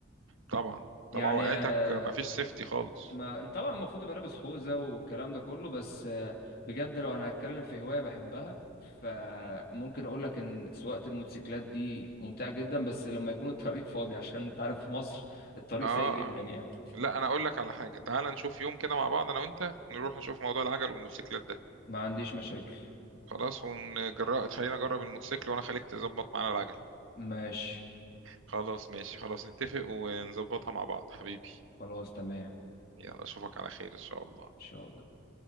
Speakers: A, on the right; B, on the left.
A: طبعا
B: يعني
A: طبعا وقعتك
B: آه،
A: مفيش سيفتي خالص
B: ما طبعا المفروض يبقى لابس خوذة والكلام ده كله بس آه، بجد لو انا هتكلم في هواية بحبها فممكن
A: مم.
B: اقول لك ان سواقة الموتوسيكلات دي ممتعة جدا بس لما يكون الطريق فاضي عشان انت عارف في مصر الطريق
A: اه
B: سيء جدا
A: اه
B: يعني
A: لا انا اقول لك على حاجه تعال نشوف يوم كده مع بعض انا وانت نروح نشوف موضوع العجل والموتوسيكلات ده
B: ما عنديش مشاكل
A: خلاص ونجرب خلينا نجرب الموتوسيكل وانا خليك تظبط معانا العجل
B: ماشي
A: خلاص ماشي خلاص نتفق ونظبطها مع بعض حبيبي
B: خلاص تمام
A: يلا اشوفك على خير ان شاء الله
B: ان شاء الله